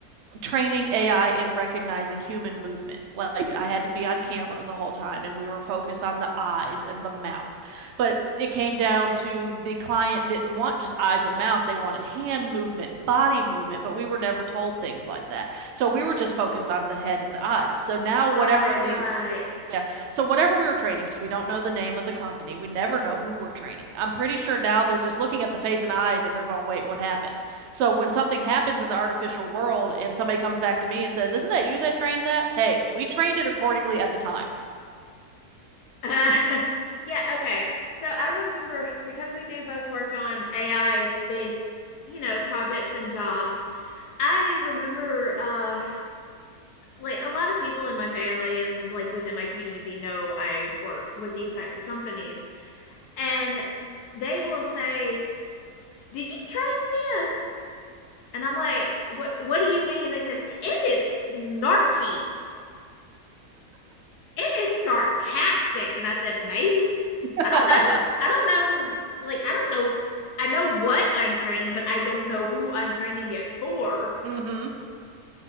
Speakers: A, on the right (about 55°); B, on the left (about 80°).
A: training AI in recognizing human movement. Like I had to be on camera the whole time and we were focused on the eyes and the mouth. But it came down to the client didn't want just eyes and mouth, they wanted hand movement, body movement, but we were never told things like that. So we were just focused on the head and the eyes. So now
B: right,
A: whatever the
B: right.
A: yeah. So whatever we were training, because we don't know the name of the company, we never know who we're training. I'm pretty sure now they're just looking at the face and eyes and they're going, wait, what happened? So when something happens in the artificial world and somebody comes back to me and says, Isn't that you that trained that? Hey, we trained it accordingly at the time.
B: Uh, <laughs> yeah, okay. So I remember because we do both work on AI based, you know, projects and jobs. I remember uh like a lot of people in my family and like within my community know I work with these types of companies and they will say, "Did you train this?" And I'm like, "What what do you mean?" And They said, "It is snarky." it is sarcastic. And I said, maybe.
A: <laughs>
B: I don't know. I don't know. Like, I don't know. I know what I'm training, but I don't know who I'm training it for.
A: Mm-hmm.